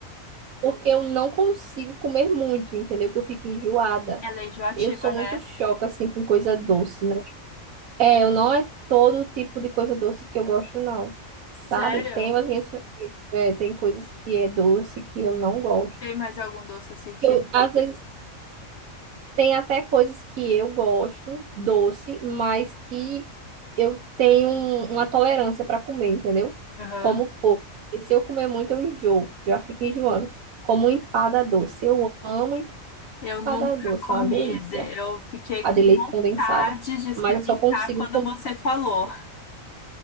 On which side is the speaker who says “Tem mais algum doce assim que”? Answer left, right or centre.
Left